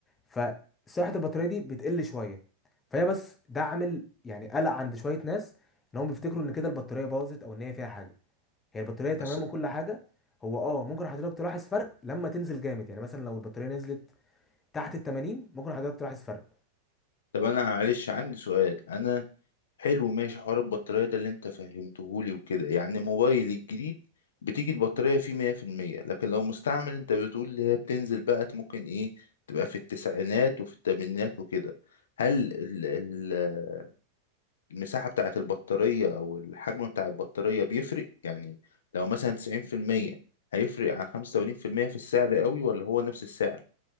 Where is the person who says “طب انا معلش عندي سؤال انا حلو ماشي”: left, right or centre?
Left